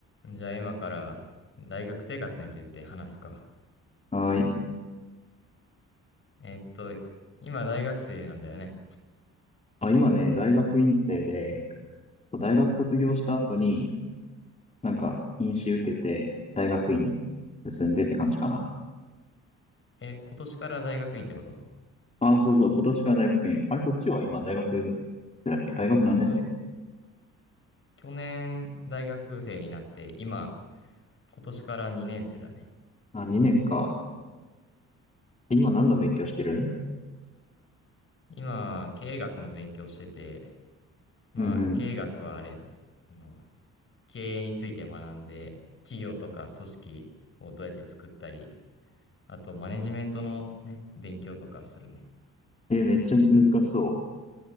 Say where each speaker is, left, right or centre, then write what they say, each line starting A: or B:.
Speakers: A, on the left (about 40°); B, on the left (about 25°).
A: じゃあ今から大学生活について話すか。
B: はい。
A: えっと、今大学生なんだよね。
B: あ、今ね、大学院生で、大学卒業した後に、なんか、院試受けて、大学院進んでって感じかな。
A: え、今年から大学院ってこと
B: あ、そうそう、今年から大学院。あれ、そっちは今、大学、だっけ大学何年生
A: そう。去年大学生になって今、今年から2年生だね。
B: あ、2年か。今何の勉強してる
A: 今、経営学の勉強してて、まあ経営学はあれやね。
B: うん
A: あの、経営について学んで、企業とか組織をどうやって作ったり、あとマネジメントのね、勉強とかするね。
B: うん。え、めっちゃ難しそ